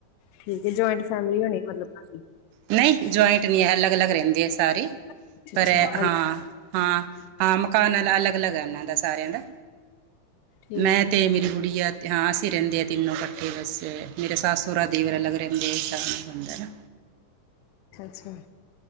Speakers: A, on the left; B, on the right.
A: ਠੀਕ ਐ ਜੁਆਇੰਟ ਫੈਮਿਲੀ ਹੋਨੀ ਮਤਲਬ ਤੋਡੀ।
B: ਨਈ ਜੁਆਇੰਟ ਨੀ ਐ, ਅਲੱਗ-ਅਲੱਗ ਰੈਂਦੇ ਐ ਸਾਰੇ
A: ਅੱਛਾ
B: ਪਰ ਐ
A: ਅੱਛਾ
B: ਹਾਂ, ਹਾਂ ਆਂ ਮਕਾਨ ਅਲ ਅਲੱਗ-ਅਲੱਗ ਐ ਓਨਾਂ ਸਾਰਿਆਂ ਦਾ,
A: ਠੀਕ
B: ਮੈਂ
A: ਹੈ।
B: ਤੇ ਮੇਰੀ ਗੁੜੀਆ ਤੇ ਹਾਂ ਅਸੀਂ ਰੈਂਦੇ ਆ ਤਿੰਨੋਂ ਕੱਠੇ ਬਸ ਮੇਰੇ ਸੱਸ ਸੋਰਾ, ਦੇਵਰ ਅਲੱਗ ਰੈਂਦੇ ਆ ਸ਼ਾਮ ਨੂੰ ਬੰਨਦਾ ਐ ਨਾ।
A: ਅੱਛਾ।